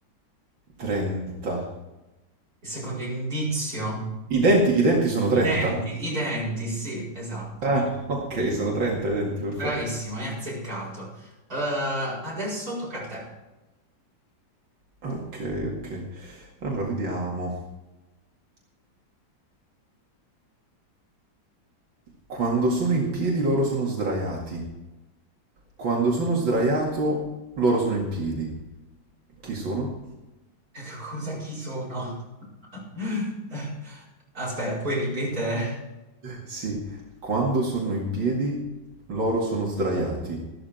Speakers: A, on the right; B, on the right.
A: 30.
B: Il secondo indizio?
A: I denti, i denti sono 30?
B: I denti, i denti, sì, esatto.
A: Ah, <laughs> ok, sono 30 i denti, perfetto.
B: Bravissimo, hai azzeccato. Eh, adesso tocca a te.
A: Ok, ok. Allora, vediamo. Quando sono in piedi loro sono sdraiati. Quando sono sdraiato loro sono in piedi. Chi sono?
B: <laughs> Cosa chi sono? <laughs> Aspetta, puoi ripetere?
A: Sì, quando sono in piedi, loro sono sdraiati.